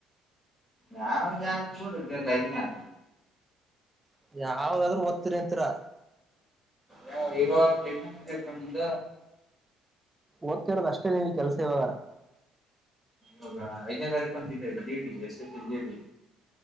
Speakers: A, in the centre; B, on the right.
A: ನಾವುಡ್ಯಾದ ನೋಡ್ರಿ ಇದ ಲೈನ್ಯಾಗ
B: ಯಾವ್ದಾದ್ರೂ ಓದ್ತಿರಿ ಅಂತೀರಾ
A: ಯಾವ ಇರುವ ಯಜನಿ ಬಣ್ಣ್ದ.
B: ಓದ್ತಿರೋದು ಅಷ್ಟೇ ನಿನ್ನ ಕೆಲ್ಸ ಇವಾಗ.
A: ಹೌದ ಐದನೇ ತಾರೀಕು ಓದಡಿತು ಟೀಡಿ ಎಷ್ಟ ಎ ಸಿ ಡಿ.